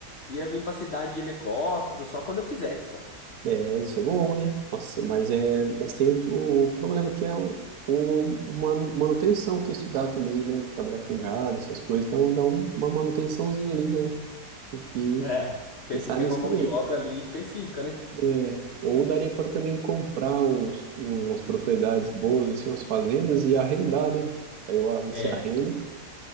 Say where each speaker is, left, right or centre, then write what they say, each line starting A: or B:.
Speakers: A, on the left (about 50°); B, on the right (about 60°).
A: ia vir pra cidade de helicóptero, só quando eu quisesse, só.
B: É, isso é bom, hein? Nossa, mas é, mas tem o, o problema que é o, o manu- manutenção que isso dá também, né? Se Trabalhar com gado, essas coisas, então dá um- uma manutençãozinha ali, né? Tem que
A: É, tem
B: pensar
A: que ter
B: nisso
A: uma mão
B: também.
A: de obra ali específica, né?
B: É, ou daria para também comprar uns, umas propriedades boas, assim, umas fazendas e arrendar, né? Daí ó, você
A: É.
B: arrenda,